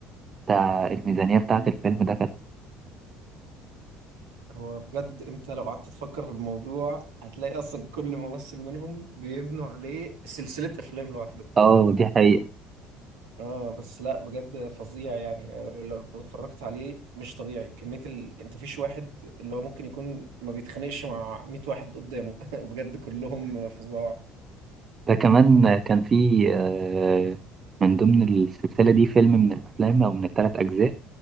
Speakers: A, on the right (about 35°); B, on the right (about 70°).
A: بتاع الميزانية بتاعة الفيلم ده كانت
B: هو بجد انت لو قعدت تفكر في الموضوع هتلاقي اصلا كل ممثل منهم بيبنوا عليه سلسلة افلام لوحده
A: اه دي حقيقة
B: اه بس لا بجد فظيع يعني آه، لو اتفرجت عليه مش طبيعي كمية ال... انت فيش واحد اللي هو ممكن يكون ما بيتخانقش مع 100 واحد قدامه <laughs> بجد كلهم فظاع
A: ده كمان كان في آه، من ضمن السلسلة دي فيلم من الأفلام أو من الثلاث أجزاء